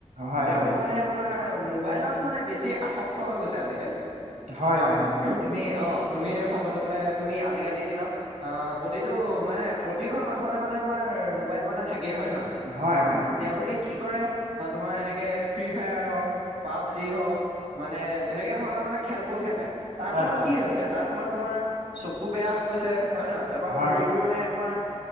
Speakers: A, on the right; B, on the right.
A: হয়
B: তেওঁলোক
A: হয় অ
B: মানে তোমাৰ মোবাইলত মানে বেছি আসক্ত হৈ গৈছে আজিকালি
A: হয় অঁ
B: তুমি অঁ তুমি এতিয়া চাবলে গ'লে তুমি আজিকালিৰ দিনত অ প্ৰতিটো মানে প্ৰতি ঘৰৰ মানুহতে মানে তোমাৰ মোবাইল মানে থাকেই হয় নহয়
A: হয় অ
B: তেওঁলোকে কি কৰে তোমাৰ এনেকে ফ্ৰী ফায়াৰ হওক পাবজি হওক মানে তেনেকে ধৰণৰ মানে খেলবোৰ খেলে তাৰ
A: হয়
B: ফলত
A: হয়
B: কি হৈছে তাৰ ফলত তোমাৰ চকু বেয়া হৈ গৈছে হয় নহয় তা-পা
A: হয়
B: শৰীৰটো মানে তোমাৰ